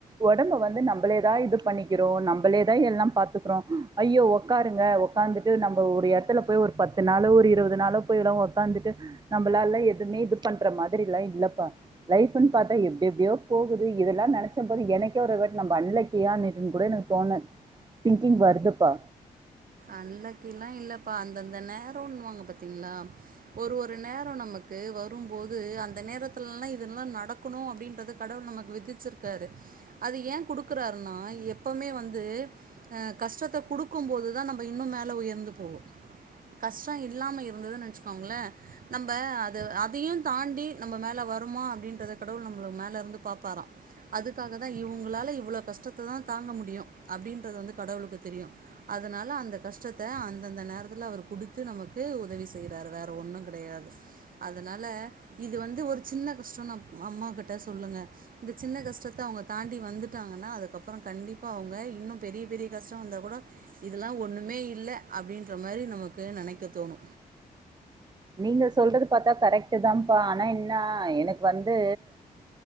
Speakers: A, on the right; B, on the right.
A: உடம்ப வந்து நம்பளேதா இது பண்ணிகிறோ நம்பளேதா எல்லா பாதுகுறோ ஐயோ உக்காருங்க உக்காந்துட்டு நம்ம ஒரு எடத்துல போய் ஒரு பத்து நாளோ ஒரு இருபது நாளோ போய்ல்லா உக்காந்துட்டு நம்பளால எதுமே இது பண்ற மாரி எல்லா இல்லப்பா லைஃப்ன்னு பாத்தா எப் எப்டியோ போகுது இதெல்லாம் நெனச்ச போது எனக்கே ஒரு வாட்டி நம்ப அன்லக்கியாட்டுன்னு கூட எனக்கு தோண திங்கிங் வருதுப்பா
B: அன்லக்கிலா இல்லப்பா அந்தந்த நேரனுவாங்க பாதீங்களா ஒரு ஒரு நேரம் நமக்கு வரும்போது அந்த நேரத்துலல்லா இதெல்லாம் நடக்கணும் அப்டின்றது கடவுள் நமக்கு விதிச்சிருக்காரு அது ஏன் குடுக்குறாருன்னா எப்பமே வந்து அஹ் கஷ்டத்தை குடுக்கும் போதுதா நம்ம இன்னும் மேல உயர்ந்து போவோம் கஷ்டம் இல்லாம இருந்ததுன்னா வெச்சிகோங்களே நம்ம அத அதையும் தாண்டி நம்ம மேல வருமா அப்டின்றத கடவுள் நமல மேல இருந்து பாப்பாரா அதுக்காகாதா இவங்களால இவ்ளோ கஷ்டத்த தா தாங்க முடியும் அப்டின்றது வந்து கடவுளுக்கு தெரியும் அதனால அந் ந்த கஷ்டத்த அந்த அந்த நேரத்துல அவர் கொடுத்து நமக்கு உதவி செய்றாரு வேற ஒன்னு கெடயாது அதனால இது வந்து ஒரு சின்ன கஷ்டம் அம்மா கிட்ட சொல்லுங்க இந்த சின்ன கஷ்டத்த அவங்க தாண்டி வந்துட்டாங்கன்னா அதுக்கபுறம் கண்டிப்பா அவங்க இன்னு பெரிய பெரிய கஷ்டம் வந்த கூட இதுல்லாம் ஒண்ணு மே இல்ல அப்டின்ற மாரி நமக்கு நெனைக்க தோணு
A: நீங்க சொல்றது பாத்தா கரெக்ட் தாப்பா ஆனா என்ன எனக்கு வந்து